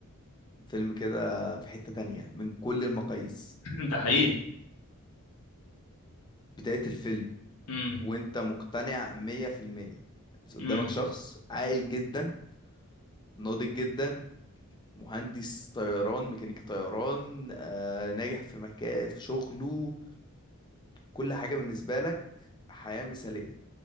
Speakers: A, on the left (about 20°); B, on the left (about 75°).
A: فيلم كده في حتة تانية من كل المقاييس
B: <laughs> ده حقيقي
A: بداية الفيلم
B: امم
A: وانت مقتنع مية في المية قدامك
B: امم
A: شخص عاقل جدا ناضج جدا مهندس طيران ميكانيكي طيران آه، ناجح في مكان في شغله كل حاجة بالنسبة لك حياة مثالية